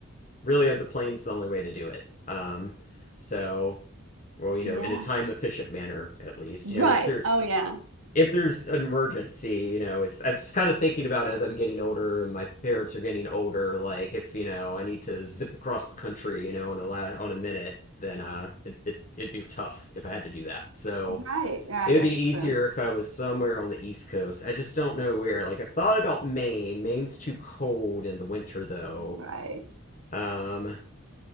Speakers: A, on the left; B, on the right.
A: really uh, the plane's the only way to do it. Um, so, well, you know,
B: Yeah.
A: in a time efficient manner, at least.
B: Right.
A: You know, if there's
B: Oh, yeah.
A: if there's an emergency, you know, it's I'm just kind of thinking about as I'm getting older and my parents are getting older, like if, you know, I need to zip across the country, you know, in a la on a minute, then uh it, it it'd be tough if I had to do that. So
B: Right. Right.
A: it'd
B: That's
A: be easier
B: true.
A: if I was somewhere on the East Coast. I just don't know where. Like I've thought about Maine. Maine's too cold in the winter though.
B: Right.
A: Um